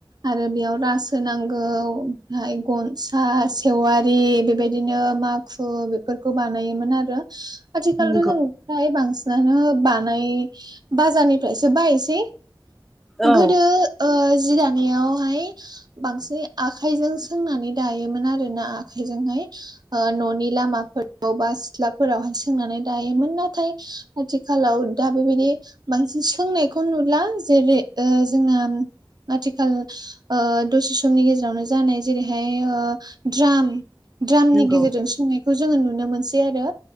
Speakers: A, on the right (about 55°); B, in the centre.
A: आरो बेयाव रास होनांगौ ओमफ्राय गनसा सेवारि बेबायदिनो मा खु बेफोरखौ बानायोमोन आरो आथिखालथ'
B: नंगौ
A: जों फ्राय बांसिनानो बानाय बाजारनिफ्रायसो बायोसै।
B: औ
A: गोदो ओ जि दानायावहाय बांसिन आखाइजों सोंनानै दायोमोन आरोना आखाइजोंहाय। न'नि लामाफोराव बासि सिथ्लाफोरावहाय सोंनानै दायोमोन नाथाय आथिखालाव दा बेबायदि बांसिन सोंनायखौ नुला जेरै जोंना आथिखाल अ दसे समनि गेजेरावनो जानाय अ जेरैहाय द्राम द्रामनि
B: नंगौ
A: गेजेरजों सोंनायखौ जोङो नुनो मोनसै। आरो